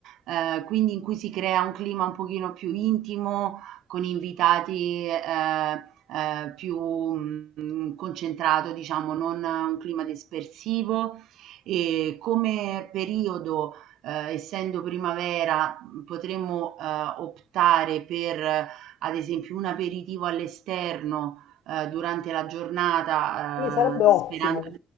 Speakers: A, on the right (about 85°); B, on the left (about 85°).
A: ehm, quindi in cui si crea un clima un pochino più intimo, con invitati eh, eh, più mh, concentrato, diciamo, non un clima dispersivo. E come periodo, eh, essendo primavera, potremmo eh, optare per, ad esempio, un aperitivo all'esterno eh, durante la giornata,
B: Sì, sarebbe ottimo.
A: eh, sperando...